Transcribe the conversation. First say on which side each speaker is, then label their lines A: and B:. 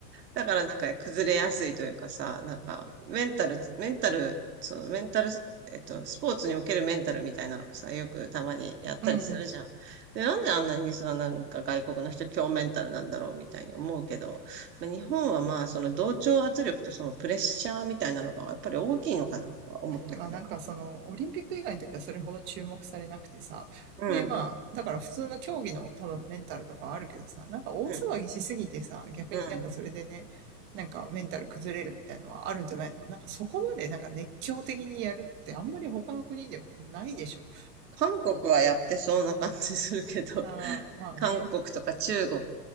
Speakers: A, on the right; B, on the right.
A: だからなんか崩れやすいというかさ、なんかメンタル、メンタル、そのメンタル、えっと、スポーツにおけるメンタルみたいなのをさ、よくたまにやったりするじゃん。
B: うん。
A: で、なんであんなにさ、なんか外国の人強メンタルなんだろうみたいに思うけど、まあ日本はまあその同調圧力とそのプレッシャーみたいなのがやっぱり大きいのかなとは思ったけど。
B: まあなんかその、オリンピック以外の時はそれほど注目されなくてさ。
A: うん、
B: でまあ、だから普通の競技の多分メンタルとかあるけどさ、なんか大騒ぎしすぎてさ、
A: うん、
B: 逆になんかそれでね、
A: うん。
B: なんかメンタル崩れるみたいのはあるんじゃないのなんかそこまでなんか熱狂的にやるってあんまり他の国でもないでしょ。
A: 韓国はやってそうな感じするけど、
B: ああ、まあね。
A: 韓国とか中国。